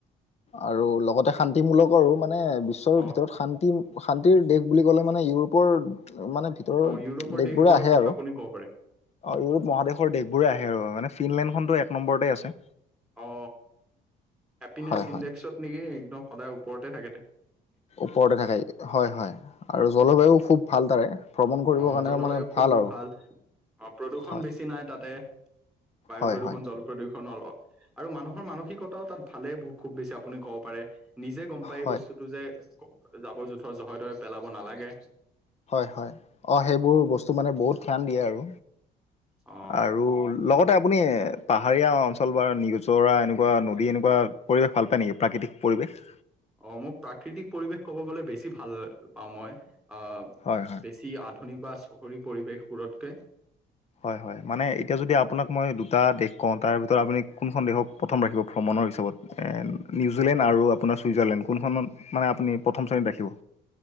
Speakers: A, on the left; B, in the centre.
A: আৰু লগতে শান্তিমূলকৰো মানে বিশ্বৰ
B: অ
A: ভিতৰত শান্তি শান্তিৰ দেশ বুলি ক'লে মানে ইউৰোপৰ মানে ভিতৰ
B: অ ইউৰোপৰ
A: দেশবোৰে
B: দেশবোৰৰ
A: আহে
B: কথা
A: আৰু
B: আপুনি ক'ব পাৰে
A: অ ইউৰোপ মহাদেশৰ দেশবোৰে আহে আৰু মানে ফিনলেণ্ডখনতো এক নম্বৰতে আছে
B: অ হেপিনেছ
A: হয় হয়
B: ইণ্ডেক্সত নেকি একদম সদায় ওপৰতে থাকোক
A: ওপৰতে থাকে হয় হয় আৰু জলবায়ু খুব ভাল তাৰে ভ্ৰমণ কৰিবৰ
B: অ
A: কাৰণে
B: জলবায়ু
A: মানে
B: খুব
A: আৰু
B: ভাল অ প্ৰদূষণ
A: হয়
B: বেছি নাই তাতে বায়ু
A: হয়
B: প্ৰদূষণ
A: হয়
B: জল প্ৰদূষণ আৰু মানুহৰ মানসিকতাও তাত ভালে খুব বেছি আপুনি ক'ব পাৰে নিজে গম পায়
A: হয়
B: এই বস্তুটো যে জাবৰ জোথৰ জহে তহ পেলাব নালাগে
A: হয় হয় অঁ সেইবোৰ বস্তু মানে বহুত ধ্যান দিয়ে আৰু
B: অ
A: আৰু লগতে আপুনি পাহাৰীয়া অঞ্চল বা নিজৰা এনেকুৱা নদী এনেকুৱা পৰিৱেশ ভাল পায় নেকি প্ৰাকৃতি পৰিৱেশ
B: অ মোক প্ৰাকৃতিক পৰিৱেশ কব গলে বেছি ভাল পাওঁ মই আহ
A: হয় হয়।
B: বেছি আধুনিক বা চহৰী পৰিৱেশবোৰতকৈ
A: হয় হয় মানে এতিয়া যদি আপোনাক মই দুটা দেশ কওঁ তাৰ ভিতৰত আপুনি কোনখন দেশক প্ৰথম ৰাখিব ভ্ৰমণ নিউজিলেণ্ড আৰু আপোনাৰ চুইজাৰলেণ্ড কোনখন মানে আপুনি প্ৰথম শ্ৰেণীত ৰাখিব